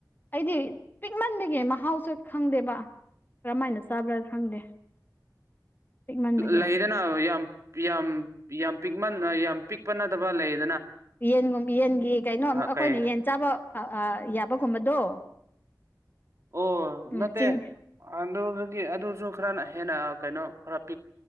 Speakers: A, on the left; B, on the right.
A: ꯑꯩꯗꯤ ꯄꯤꯛꯃꯟꯕꯒꯤ ꯃꯍꯥꯎꯁꯨ ꯈꯪꯗꯦꯕ ꯀꯔꯝꯃꯥꯏꯅ ꯆꯥꯕ꯭ꯔꯥ ꯈꯪꯗꯦ ꯄꯤꯛꯃꯟꯕꯒꯤ
B: ꯂꯩꯗꯅ ꯌꯥꯝ ꯌꯥꯝ ꯌꯥꯝ ꯄ ꯌꯥꯝ ꯄꯤꯛꯄ ꯅꯠꯇꯕ ꯂꯩꯗ
A: ꯌꯦꯟꯒꯨꯝ ꯌꯦꯟꯒꯤ ꯀꯩꯅꯣ ꯑꯃꯨꯛ ꯑꯩꯈꯣꯏꯅ
B: ꯀꯩ
A: ꯌꯦꯟ ꯆꯥꯕ ꯌꯥꯕꯒꯨꯝꯕꯗꯣ
B: ꯑꯣ
A: ꯎꯝ
B: ꯅꯠꯇꯦ
A: ꯆꯤꯡ
B: ꯑꯗꯨꯗꯒꯤ ꯑꯗꯨꯁꯨ ꯈꯔꯅ ꯍꯦꯟꯅ ꯀꯩꯅꯣ ꯈꯔ ꯄꯤꯛ